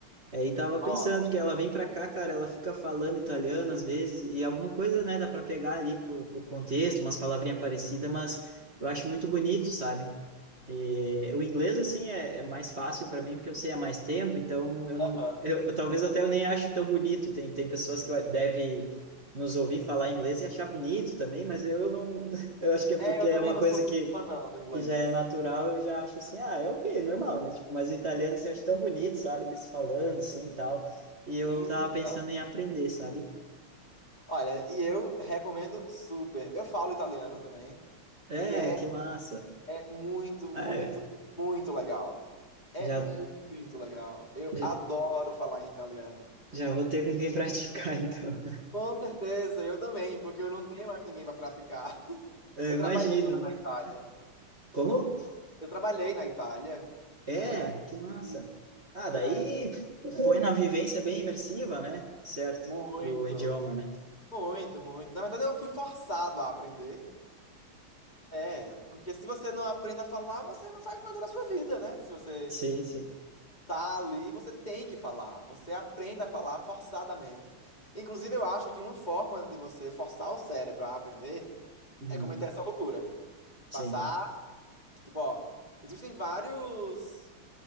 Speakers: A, on the right; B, on the left.
A: Aí tava
B: Nossa.
A: pensando, porque ela vem pra cá, cara, ela fica falando italiano às vezes, e alguma coisa, né, dá pra pegar ali por, por contexto, umas palavrinhas parecidas, mas eu acho muito bonito, sabe? E o inglês, assim, é, é mais fácil para mim, porque eu sei há mais tempo, então eu não.
B: Aham.
A: Eu, eu talvez até eu nem ache tão bonito. Tem, tem pessoas que devem nos ouvir falar inglês e achar bonito também, mas eu, eu não. <laughs> Eu acho que é porque
B: É, eu
A: é
B: também
A: uma
B: não
A: coisa
B: sou muito
A: que,
B: fã, não, do inglês.
A: que já é natural, eu já acho assim, ah, é o quê? Normal, né? Tipo, mas o italiano se acha tão bonito, sabe? Eles falando assim e tal. E eu
B: Então,
A: tava pensando em aprender, sabe?
B: olha, e eu recomendo super. Eu falo italiano também.
A: É,
B: E é,
A: que massa.
B: é muito, muito,
A: Ah, é,
B: muito legal. É
A: já,
B: muito legal. Eu
A: já
B: adoro falar em italiano.
A: já vou ter com quem praticar, <laughs> então.
B: Com certeza, eu também, porque eu não tenho mais ninguém para praticar. <laughs>
A: Eu
B: Eu
A: imagino,
B: trabalhei lá
A: né?
B: na Itália.
A: Como,
B: Eu trabalhei na Itália
A: É,
B: e aí,
A: que massa. Ah,
B: e
A: daí
B: aí
A: foi
B: é,
A: na vivência bem imersiva, né? Certo,
B: muito,
A: do idioma, né?
B: muito, muito. Na verdade, eu fui forçado a aprender. É, porque se você não aprende a falar, você não faz nada da sua vida, né? Se você
A: Sim, sim.
B: tá ali, você tem que falar. Você aprende a falar forçadamente. Inclusive, eu acho que uma forma de você forçar o cérebro a aprender
A: Uhum.
B: é cometer essa loucura.
A: Sim.
B: Passar, tipo, ó, existem vários,